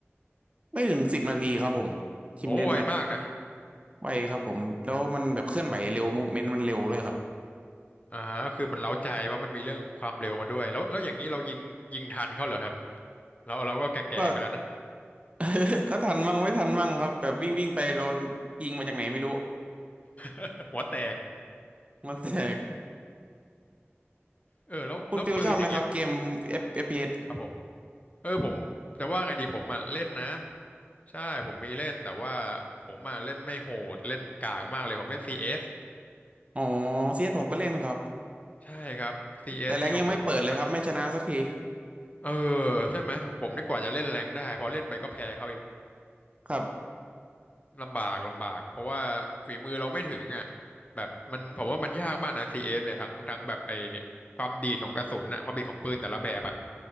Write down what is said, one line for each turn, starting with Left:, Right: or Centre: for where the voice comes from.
Right: ไม่ถึงสิบนาทีครับผมทีมเดธแมท
Left: โอ้ไวมากนะ
Right: ไวครับผมแล้วมันแบบเคลื่อนไหวเร็วมูฟเมนต์มันเร็วด้วยครับ
Left: อ่าก็คือมันเร้าใจว่าะมันมีเรื่องของความเร็วมาด้วยแล้วแล้วอย่างนี้เรายิงยิงทันเขาเหรอครับเราเราก็แก่ๆกันแล้วนะ
Right: ก็ <laughs> ก็ทันมั่งไม่ทันมั่งครับแบบวิ่งวิ่งไปโดนยิงมาจากไหนไม่รู้
Left: <laughs> หัวแตก
Right: มันแตก
Left: เออแล้วแล้วปืนอย่างเงี้ย
Right: คุณฟิลชอบไหมครับเกม F f p เอส
Left: ครับผม เออผมแต่ว่าไงดีผมอ่ะเล่นนะใช่ผมมีเล่นแต่ว่าผมอ่ะเล่นไม่โหดเล่นกากมากเลยผมเล่น CS
Right: อ๋อเซียสผมก็เล่นครับ
Left: ใช่ครับซีเอสนี่โอ้โหมัน
Right: แต่แรงยังไม่เปิดเลยครับไม่ชนะสักที
Left: เออใช่ไหมผมนี่กว่าจะเล่นแรงค์ได้พอเล่นไปก็แพ้เขาอีก
Right: ครับ
Left: ลำบากลำบากเพราะว่าฝีมือเราไม่ถึงอ่ะแบบมันผมว่ามันยากมากนะ CS เอสเนี่ยทั้งทั้งแบบไอ้ความดีดของกระสุนอ่ะความดีดของปืนแต่ละแบบอ่ะ